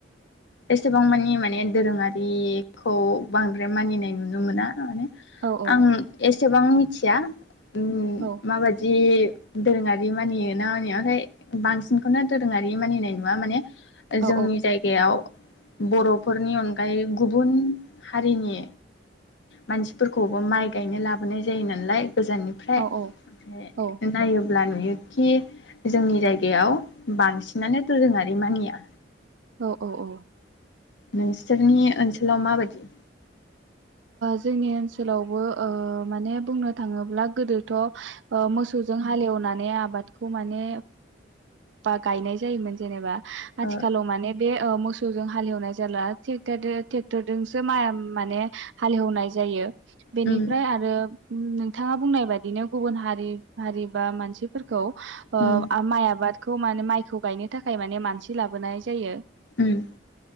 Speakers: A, on the left; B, on the right.
A: एसेबां मानि माने दोरोंङारिखौ बांद्राय मानिनाय नुनो मोना माने
B: औ औ
A: आं एसेबां मिथि या ओ
B: औ
A: माबायदि दोरोंङारि मानियोना मानि ओमफ्राय बांसिनखौनो दोरोंङारि मानिनाय नुवा माने
B: औ
A: जोंनि जायगायाव बर'फोरनि अनगायै गुबुन हारिनि मानसिफोरखौबो माइ गायनो लाबोनाय जायो नालाय गोजाननिफ्राय
B: औ
A: ओमफ्राय
B: औ
A: नायो अब्ला नुयोखि जोंनि जायगायाव बांसिनानो दोरोंङारि मानिया
B: औ औ औ
A: नोंसोरनि ओनसोलाव माबायदि
B: जोंनि ओनसोलावबो माने बुंनो थांङोब्ला गोदो ओ मोसौजों हालेवनानै माने आबादखौ माने बा गायनाय जायोमोन जेनेबा आथिखालाव
A: ओ
B: माने बे मोसौ <unintelligible> हालेवनाय जालाेट ट्रेक्टरजोंसो माइ माने हालेवनाय जायो बेनिफ्राय
A: उम
B: आरो नोंथांङा बुंनाय बादिनो गुबुन हारि हारि बा मानसिफोरखौ आ
A: उम
B: आमा आबाद खौ माने माइखौ गायनो थाखाय माने मानसि लाबोनाय जायो
A: उम